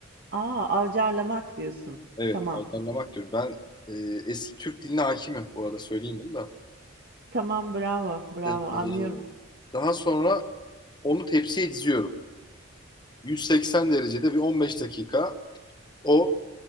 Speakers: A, on the right; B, on the left.
A: Aa, avcarlamak diyorsun.
B: Evet,
A: Tamam.
B: ayarlamak diyorum. Ben e, eski Türk diline hakimim bu arada söyleyeyim bunu da.
A: Tamam, bravo, bravo.
B: E, e,
A: Anlıyorum.
B: daha sonra onu tepsiye diziyorum. 180 derecede bir 15 dakika o